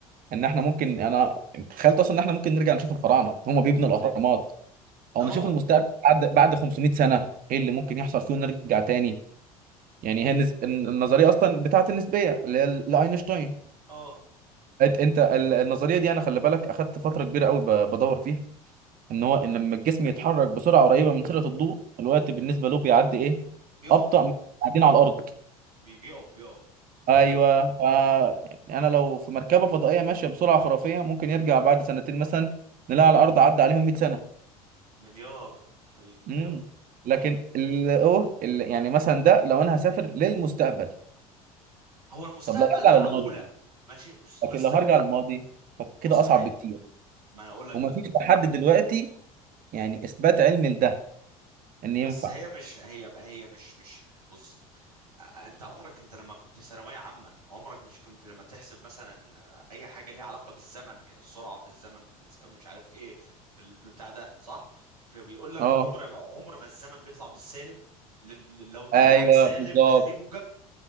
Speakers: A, on the right; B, on the right.
A: ان احنا ممكن انا تخيلت اصلا ان احنا ممكن نرجع نشوف الفراعنه هم بيبنوا الاهرامات او
B: ده
A: نشوف
B: رعب
A: المستقبل بعد بعد 500 سنه ايه اللي ممكن يحصل فيه ونرجع تاني يعني هي النسب... النظريه اصلا بتاعت النسبيه اللي هي لاينشتاين
B: اه
A: أت- انت ال- النظريه دي انا خلي بالك اخدت فتره كبيره قوي ب- بدور فيها ان هو ان لما الجسم يتحرك بسرعه قريبه من سرعه الضوء الوقت بالنسبه له بيعدي ايه
B: بيقف
A: ابطا من قاعدين على الارض
B: بي- بيقف بيقف بي-
A: ايوه
B: بيقف
A: ف يعني انا لو في مركبه فضائيه ماشيه بسرعه خرافيه ممكن يرجع بعد سنتين مثلا نلاقي على الارض عدى عليهم 100 سنه
B: مليار حبيبي مليار
A: امم لكن
B: ما-
A: ال اوه ال... يعني مثلا ده لو انا هسافر للمستقبل
B: هو المستقبل
A: طب لو ارجع
B: معقولة
A: للماضي
B: ماشي بس مست-
A: لكن لو هرجع للماضي فكده
B: مستحيل
A: اصعب بكتير
B: ما انا اقول لك
A: ومفيش
B: بقى
A: لحد دلوقتي يعني اثبات علمي لده ان ينفع
B: بس هي مش هي هي مش مش بص انت عمرك انت لما كنت في ثانويه عامه عمرك مش كنت لما تحسب مثلا اي حاجه ليها علاقه بالزمن يعني السرعه في الزمن في المسافه مش عارف ايه في البتاع ده صح فبيقول لك
A: اه
B: عمر ما عمر ما الزمن بيطلع بالسالب ل- ل- لو طلع
A: ايوه
B: معاك سالب
A: بالظبط
B: خليه موجب